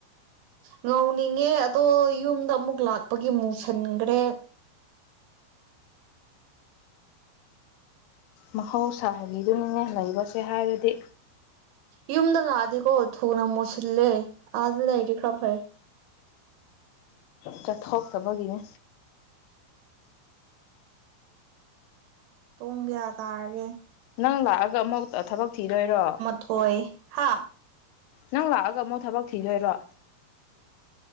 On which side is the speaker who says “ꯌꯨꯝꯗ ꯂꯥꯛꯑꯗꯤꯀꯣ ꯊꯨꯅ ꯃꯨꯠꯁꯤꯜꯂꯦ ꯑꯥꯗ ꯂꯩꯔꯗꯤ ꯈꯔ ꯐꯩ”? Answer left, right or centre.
Right